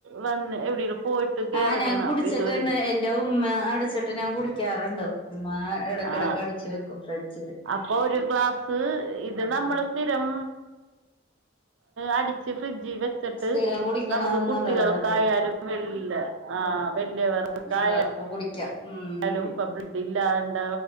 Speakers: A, on the right; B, on the left.
A: വന്ന് എവിടേലും പോയിട്ട് കേറ്ണേണ്
B: ആഹ് ഞാൻ കുടിച്ചിട്ടുണ്ട്
A: അപ്പൊ ഇതൊര്
B: എന്റെ ഉമ്മ അടിച്ചിട്ട് ഞാൻ കുടിക്കാറുണ്ട് ഉമ്മ എടക്കെടക്ക്
A: ആ
B: അടിച്ചു വെക്കും ഫ്രിഡ്ജില്
A: അപ്പൊ ഒരു ഗ്ലാസ് ഇത് നമ്മള് സ്ഥിരം അടിച്ച് ഫ്രിഡ്ജി വെച്ചിട്ട്
B: സ്ഥിരം കുടിക്കണത്
A: നമുക്ക് കുട്ടികൾക്കായാലും
B: നല്ലതാണല്ലേ
A: വല് ആ വല്യവർക്കായാലും
B: എല്ലാവർക്കും കുടിക്കാം ഉം
A: യാലും ഇപ്പം ബ്ലഡ് ഇല്ലാണ്ട